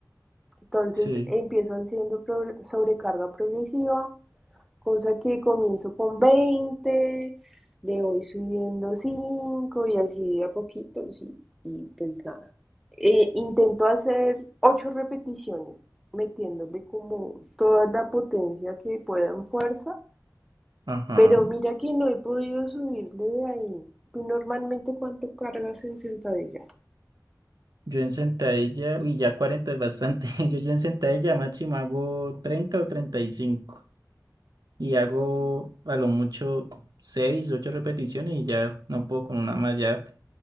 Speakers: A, in the centre; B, on the right.
A: Entonces
B: Sí,
A: empiezo haciendo pro- sobrecarga progresiva cosa que comienzo con veinte le voy subiendo 5 y así de a poquito, sí, y pues nada. Eh, intento hacer 8 repeticiones, metiéndole como toda la potencia que pueda en fuerza,
B: ajá.
A: pero mira que no he podido subirle de ahí. ¿Tú normalmente cuánto cargas en sentadilla?
B: Yo en sentadilla, uy, ya 40 es bastante. <laughs> Yo ya en sentadilla máximo hago treinta o treinta Y cinco y hago a lo mucho 6, 8 repeticiones y ya no puedo con una más. Ya